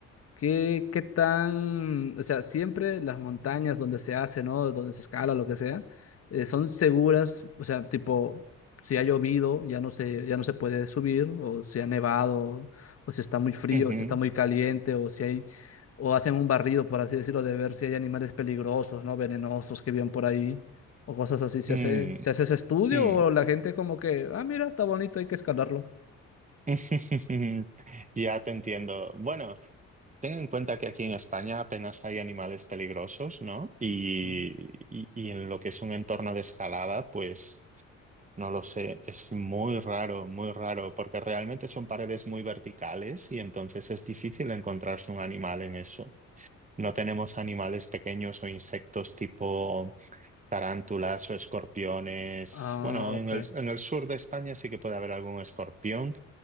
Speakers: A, on the left (about 50°); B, on the right (about 25°).
A: ¿Qué, qué tan, o sea, siempre las montañas donde se hace, ¿no? Donde se escala, lo que sea, eh, son seguras, o sea, tipo, si ha llovido, ya no se, ya no se puede subir, o si ha nevado, o si está muy frío,
B: Ujú,
A: o si está muy caliente, o si hay, o hacen un barrido, por así decirlo, de ver si hay animales peligrosos, ¿no? Venenosos que viven por ahí, o cosas así. ¿Se
B: mm,
A: hace, se hace ese estudio
B: mm.
A: o la gente como que, ah, mira, está bonito, hay que escalarlo?
B: <laughs> Ya te entiendo. Bueno, ten en cuenta que aquí en España apenas hay animales peligrosos, ¿no? Y,
A: Mm.
B: y- y en lo que es un entorno de escalada, pues no lo sé, es muy raro, muy raro, porque realmente son paredes muy verticales y entonces es difícil encontrarse un animal en eso. No tenemos animales pequeños o insectos tipo... Tarántulas o escorpiones.
A: Ah,
B: Bueno,
A: ok.
B: en el, en el sur de España sí que puede haber algún escorpión,